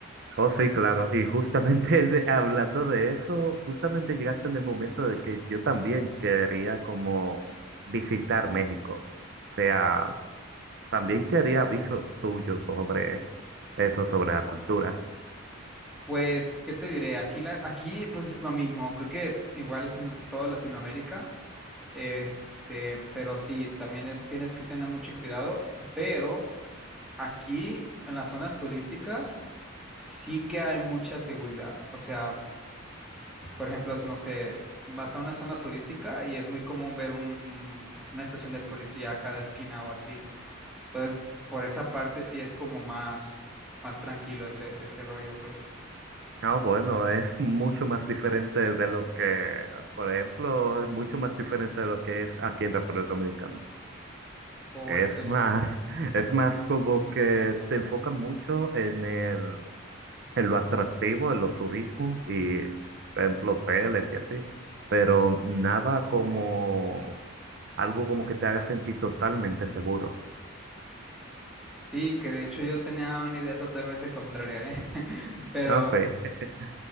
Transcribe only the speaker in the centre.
Pues, ¿qué te diré? Aquí, la, aquí, pues es lo mismo. Creo que igual es en toda Latinoamérica. Este, pero sí, también es, tienes que tener mucho cuidado, pero aquí en las zonas turísticas sí que hay mucha seguridad. O sea, por ejemplo, es- no sé, vas a una zona turística y es muy común ver un, un- una estación de policía a cada esquina o así. Entonces, por esa parte sí es como más, más tranquilo ese, ese rollo, pues.
Oh,
en serio.
Sí, que de hecho yo tenía una idea totalmente contraria, ¿eh? <laughs> Pero